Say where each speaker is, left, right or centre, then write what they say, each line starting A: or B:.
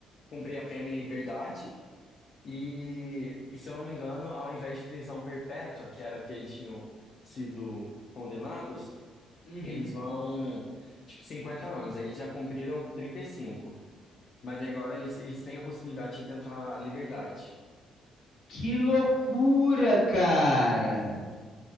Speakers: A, on the left; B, on the left.
A: cumprir a pena em liberdade. E, e se eu não me engano, ao invés de prisão perpétua, que era que eles tinham sido condenados,
B: Uhum.
A: eles vão, tipo, 50 anos. Aí eles já cumpriram 35. Mas aí agora eles, eles têm a possibilidade de tentar liberdade.
B: Que loucura, cara!